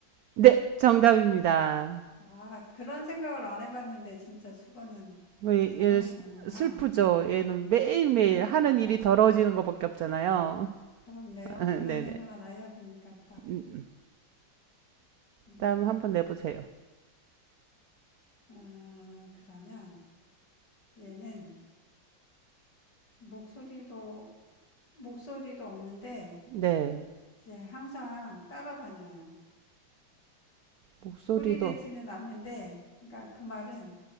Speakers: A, on the right (about 80°); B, on the left (about 60°).
A: 네, 정답입니다.
B: 아, 그런 생각을 안 해봤는데 진짜 수건은
A: 얘는
B: 더러워지는구나.
A: 슬- 프죠 얘는 매일매일
B: 그러,
A: 하는
B: 그러,
A: 일이 더러워지는 것밖에 없잖아요.
B: 그렇네요.
A: <laughs>
B: 그런
A: 네네.
B: 생각은 안 해보니까 딱,
A: 음, 음.
B: 음,
A: 다음 한번 내보세요.
B: 아, 그러면 얘는 목소리도, 목소리도 없는데
A: 네.
B: 이제 항상 따라다녀요.
A: 목소리도,
B: 소리 내지는 않는데, 그러니까 그 말은